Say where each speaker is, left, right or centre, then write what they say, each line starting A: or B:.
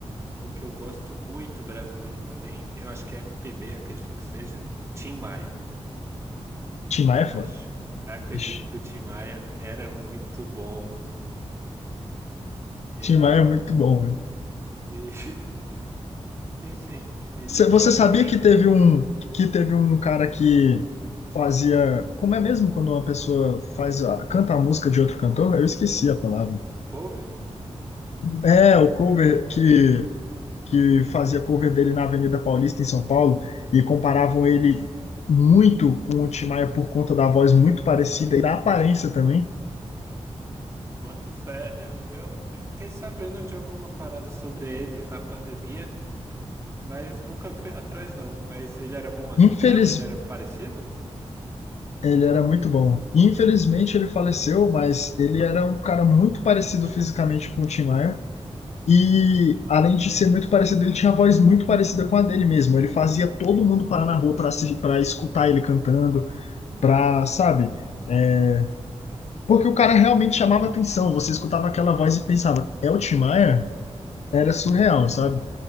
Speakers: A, on the right (about 25°); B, on the left (about 85°).
A: um que eu gosto muito brasileiro também, eu acho que é MPB, acredito que seja. Tim Maia.
B: Tim Maia é
A: Acho,
B: foda.
A: acredito
B: Ixi,
A: que o Tim Maia era muito bom. É,
B: Tim Maia é muito bom,
A: e, <laughs> enfim, ele,
B: Você
A: mano,
B: sabia
A: ele,
B: que teve um que teve um cara que fazia, como é mesmo quando uma pessoa faz a- canta a música de outro cantor? Eu esqueci a palavra.
A: cover?
B: É, o cover que que fazia cover dele na Avenida Paulista em São Paulo e comparavam ele muito com o Tim Maia por conta da voz muito parecida e da aparência também.
A: Boto fé, eu, eu, eu fiquei sabendo de alguma parada sobre ele na pandemia, mas nunca fui atrás não. Mas ele era bom assim
B: Infeliz,
A: mesmo? Ele era parecido?
B: ele era muito bom. Infelizmente ele faleceu, mas ele era um cara muito parecido
A: Poxa,
B: fisicamente
A: que pena.
B: com o Tim Maia. E além de ser muito parecido, ele tinha a voz muito parecida com a dele mesmo. Ele fazia todo mundo parar na rua para escutar ele cantando, para, sabe? É, porque o cara realmente chamava atenção. Você escutava aquela voz e pensava, é o Tim Maia? Era surreal, sabe?